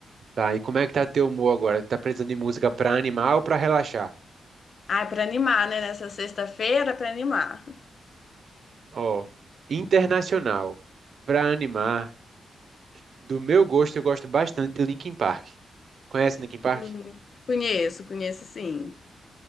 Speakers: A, on the right (about 60°); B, on the left (about 55°).
A: Tá, e como é que tá teu humor agora? Tá precisando de música pra animar ou pra relaxar?
B: Ah, pra animar, né? Nessa sexta-feira, pra animar.
A: Ó, internacional, pra animar, do meu gosto, eu gosto bastante de Linkin Park. Conhece Linkin Park?
B: Uhum. Conheço, conheço sim.